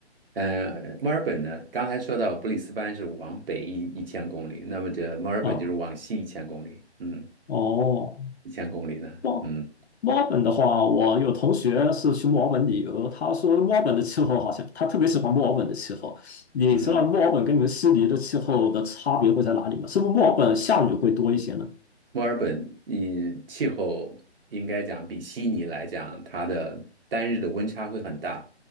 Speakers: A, on the right; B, on the left.
A: 呃，墨尔本呢，刚才说到布里斯班是往北一一千公里，那么这墨尔本就是往西一千公里，
B: 啊，
A: 嗯，
B: 哦
A: 一千公里呢，
B: 墨墨尔本的话，
A: 嗯
B: 我有同学是去墨尔本旅游，他说墨尔本的气候好像他特别喜欢墨尔本的气候。你知道墨尔本跟你们悉尼的气候的差别会在哪里吗？
A: 嗯。
B: 是不是墨尔本下雨会多一些呢？
A: 墨尔本，嗯，气候应该讲比悉尼来讲，它的单日的温差会很大，